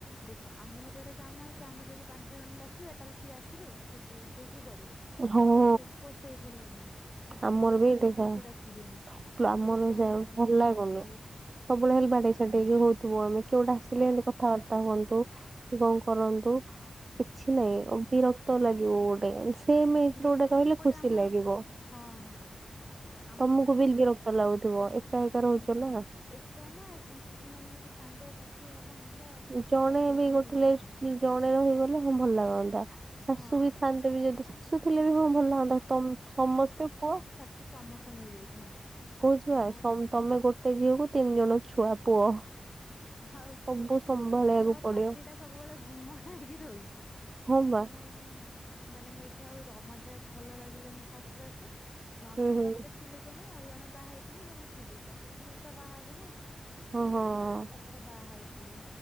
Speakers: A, on the left; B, on the right.
A: ଦେଖ ଆମ ଘର ଗୋଟେ କାମ ହେଇଛି ଆମେ ଯଦି ପାଞ୍ଚ ଜଣ ଡାକିବା ତାହେଲେ ସିଏ ଆସିବେ ଖୁସି <unintelligible> ଆସଇକି କରିବେ
B: ହଁ
A: ଏପଟେ ଲୋକ ସେଇଭଳିଆ ନୁହେଁ ଏ ସି
B: ଆମର
A: କହି
B: ବି ଏଇଠି
A: କିଏ କାହାକୁ
B: ସେୟା
A: ଡାକିବେନି
B: ଆମର <unintelligible>
A: କହିବେ କି ଆମେ କାହିଁକି
B: ଭଲ ଲାଗୁନି
A: ଡାକିବୁ
B: ସବୁବେଳେ
A: ହଁ
B: ହେଲି ବାଡେଇ ସେଠି ହଉଥିବ ଆମେ କେଉଟା ଆସିଲେ ଏମିତି କଥାବାର୍ତ୍ତା ହୁଅନ୍ତୁ କି କଣ କରନ୍ତୁ କିଛି ନାଇଁ
A: ହୁଁ
B: ବିରକ୍ତ ଲାଗିବ ଗୋଟେ <unintelligible> ସେ ମଥିରେ
A: ବିରକ୍ତ
B: ଗୋଟେ <unintelligible> ରହିଲେ
A: ଏପଟେ
B: ଖୁସି
A: ଆମର
B: ଲାଗିବ।
A: ହଁ ହଁ ଆମ
B: ତମକୁ
A: ପଟେ ସେମିତି
B: ବିଲ୍ ବିରକ୍ତ ଲାଗୁଥିବ ଏକା ଏକା
A: ହୁଁ
B: ରହୁଛ ନା
A: ଏକା ନା କିଛି ମାନେ ଏଇଠି ସାଙ୍ଗସାଥି ଭଲ ମନ୍ଦ
B: ଜଣେ
A: କେହି
B: ବି ଗୋଟେ ଲେସ
A: ନାହାନ୍ତି।
B: ଜଣେ ରହିଗଲେ ହଁ ଭଲ ଲାଗନ୍ତା ଶାଶୁ
A: ହଁ
B: ବି ଥାନ୍ତେ ବି ଯଦି ଶାଶୁ ଥିଲେ ବି ହଁ ଭଲ ଲାଗନ୍ତା ତ ସମସ୍ତେ ପୁଅ
A: କି ସମସ୍ତେ ମିଳିଯାଇଥାନ୍ତେ। ଶାଶୁ
B: କୋଉ ଛୁଆ
A: ନାହାନ୍ତି
B: ତମେ ଗୋଟେ ଝିଅକୁ ତିନି ଜଣ ଛୁଆ ପୁଅ
A: ହଁ ଆଉ
B: ସବୁ
A: କେହି
B: ସମ୍ଭାଳିବାକୁ
A: ମାନେ ମୋ
B: ପଡିବ
A: ପାଟି ଟା ସବୁବେଳେ ଗୁମା ହେଇକି ରହୁଛି।
B: ହଁ
A: ମାନେ
B: ବା
A: ମୁଁ ମାନେ ମୁଁ ଏଠି ଆଉ <unintelligible> ରମାନ୍ତ ଭଲ ଲାଗିଲାନି ଫାଷ୍ଟ ଫାଷ୍ଟ ନଣନ୍ଦ
B: ହୁଁ ହୁଁ
A: ତାପରେ ଥିଲେ ଜଣେ ଆଉ ଜଣେ ବାହା ହେଇଥିଲେ ଜଣେ ଥିଲେ ତାପରେ ସିଏ ବି ତ ବାହା ହେବେ ନା ସିଏ
B: ହଁ
A: ବି
B: ହଁ
A: ଗୋଟେ ବର୍ଷ ପରେ ବାହା ହେଇ ପଇିଲେ